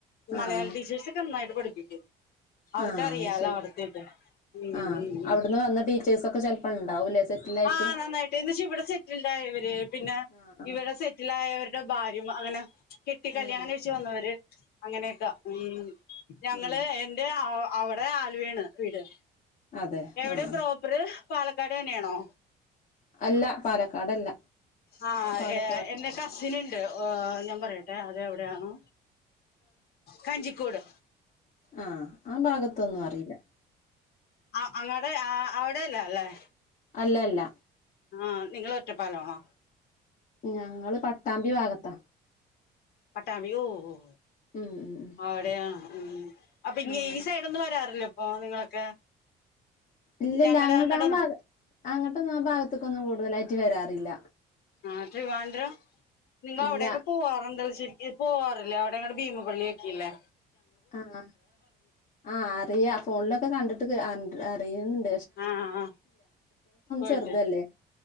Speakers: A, on the left; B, on the left.
A: ആഹ്
B: മലയാളടീച്ചേർസൊക്കെ നന്നായിട്ട് പഠിപ്പിക്കും <inaudible> അവർക്കറിയാലോ
A: ആഹ് അത് ശരി
B: അവിടത്തെ ഇത് ഉം-ഉം-ഉം
A: ആഹ് അവിടുന്ന് വന്ന ടീച്ചേഴ്സൊക്കെ ചെലപ്പോ ഉണ്ടാവൂലേ സെറ്റിൽ ആയിട്ട്
B: ആഹ് നന്നായിട്ട്ന്ന്ച്ചിവിടെ സെറ്റിൽഡായവര് പിന്നെ
A: ആഹ് ആഹ്
B: ഇവിടെ സെറ്റിലായവര് ന്റെ ഭാര്യയും അങ്ങനെ കെട്ടി കല്യാണംകഴിച്ച്
A: ഉം
B: വന്നവര് അങ്ങനെയൊക്ക ഉം ഞങ്ങള്
A: ഉം
B: എന്റെ ആ അവിടെ ആലുവയാണ് വീട്
A: അതെ
B: എവിടെയാ
A: ആഹ്
B: പ്രോപ്പറ് പാലക്കാടെന്നെയാണോ
A: അല്ല പാലക്കാടല്ല
B: ആഹ്
A: പാലക്കാട്
B: എന്റെ കസിന്ണ്ട് ഞാൻപറയട്ടെ അതെവിടെയാണ് കഞ്ചിക്കോട്
A: ആഹ് ആഭാഗത്തൊന്നു അറിയില്ല
B: ആ അങ്ങടെ അവിടെല്ല അല്ലേ
A: അല്ലല്ല
B: ആഹ് നിങ്ങള് ഒറ്റപ്പാലമാണോ
A: ഞങ്ങൾ പട്ടാമ്പി ഭാഗത്താ
B: പട്ടാമ്പി ഓ ഓ
A: ഉം ഉം ഉം
B: അവിടെയാണ് ഉം അപ്പൊ ഇങ്ങ
A: ആഹ്
B: ഈ സൈഡ് ഒന്നും വരാറിലെ അപ്പൊ നിങ്ങളൊക്കെ
A: ഇല്ലല്ല
B: ഞങ്ങടെ
A: അങ്ങട്ട
B: അങ്ങടെ
A: ആ ഭാഗ അങ്ങോട്ടൊന്നും ആ ഭാഗത്തേക്കൊന്നും കൂടുതൽ ആയിട്ടുവരാറില്ല
B: ആഹ ട്രിവാൻഡ്രം നിങ്ങൾ
A: ഇല്ല
B: അവിടെയൊക്കെ പോവാറുണ്ടോ ശെരിക്കും പോവാറില്ലേ അവിടെയെങ്ങണ്ടു ഭീമപള്ളിയൊക്കെല്ലേ
A: ആഹ ആ അറിയ ഫോണിലൊക്കെ കണ്ടിട്ട് അറിയാണ്ട്
B: ആഹ പോയിട്ട്
A: ചെറുതല്ലേ